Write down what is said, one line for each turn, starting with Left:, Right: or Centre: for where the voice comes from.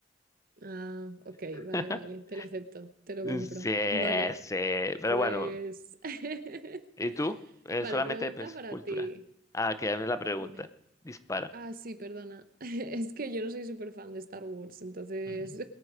Right: Ah, ok, vale,
Left: <laughs>
Right: vale, te lo acepto, te lo compro.
Left: Sí,
Right: Vale,
Left: sí, pero
Right: pues.
Left: bueno,
Right: <laughs>
Left: ¿y tú? Eh,
Right: Vale,
Left: solamente,
Right: pregunta
Left: pues,
Right: para
Left: cultura.
Right: ti.
Left: Ah, que dame la pregunta.
Right: Dime.
Left: Dispara.
Right: Ah, sí, perdona. <laughs> Es que yo no soy súper fan de Star Wars, entonces
Left: Mm.